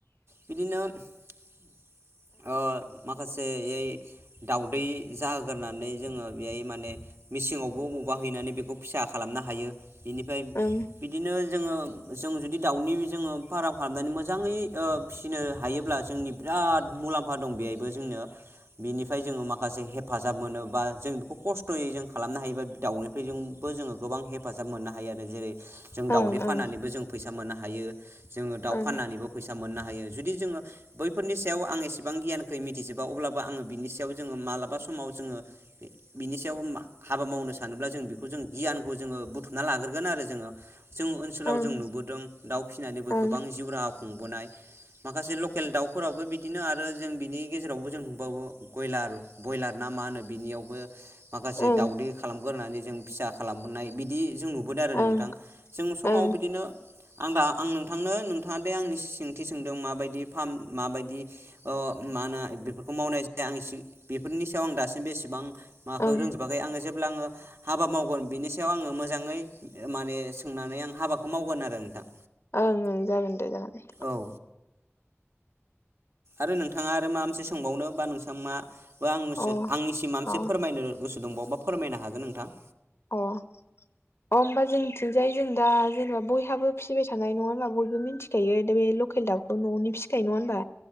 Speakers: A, on the right; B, on the left.
A: बिदिनो अ म माखासेयै दाउदै जाहोग्रोनानै जोङो बेहाय माने मेसिनावबो बाहायनानै बेखौ फिसा खालामनो हायो बेनिफाय
B: ओं ओं
A: बिदिनो जोङो जों जुदि दाउनि जोङो फार्म खालामनानै मोजाङै ओ फिसिनो हायोब्ला जोंनि बिराद मुलाम्फा दं बेहायबो जोंनो बेनिफ्राय जोङो माखासे हे हेफाजाब मोनोबा जों बेखौ खस्थ'यै जों खालामनो हायोबा दाउैनिफ्रायजोंबो जोङो गोबां हेफाजाब मोननो हायो आरो जेरै जों दावदै
B: ओं
A: फाननानैबो जों फैसा मोननो हायो जोङो दाउ
B: ओं
A: फनानैबो
B: ओं
A: फैसा मोननो हायो जुदि जोङो बै फोरनि सायाव आं एसेबां गियानखौै मिथिजोबा अब्लाबो आङो बिनि सायाव जोङो मालाबा समाव जोङो बिनि सायाव हाबा मावनो सानोब्ला जों बेखौ जों गियानखौ जोङो बुथुमना लाग्रोगोन आरो जोङो जों ओनसोलाव
B: ओं
A: जों नुबोदों दाउ फिसिनानैबो
B: ओं
A: गोबां जिउ राहा खुंबोनाय माखासे लकेल दाउ बिदिनो आरो जों बिनि गेजेरावबो जों नुबावो बयलार बयलार ना मा होनो बिनियावबो माखासे
B: ओं
A: दाावदै खालाम गोरनानै जों फिसा खालामनाय बिदि जों नु नुबोदों आरो नोंथां
B: ओं ओं
A: जों समाव
B: ओं
A: बिदिनो आं दा आं नोंथांनो नोंथाङा दे आंनि सोंथि सोंदों माबायदि फारम माबायदि अ मा होनो बेफोरखौ मावनाय जायो आं बेफोरनि सायाव आं दासिमबो एसेबां माबाखौ
B: ओं
A: रोंजोबाखै आङो जेब्ला आङो हाबा मावगोन बिनि सायाव आङो मोजाङै माने सोंनानै आं हाबाखौ मावगोन आरो नोंथां
B: ओं ओं जागोन दे जागोन
A: औ आरो नोंथाङा आरो मा मोनसे सोंबावनो बा नोंथाङा मा बा आंनोसो
B: अ
A: आंनिसिम माबा मोनसे
B: अ
A: फोरमायनो गोसो दंबावोबा फोरमायनो हागोन नों थां
B: अ अ होमबा जोंनिथिंजाय जों दा जेनेबा बयहाबो फिसिबाय थानाय नङा होनबा बयबो मिथिखायो दा बे लकेल दाउखौ न'आवनि फिसिखायो नङा होनबा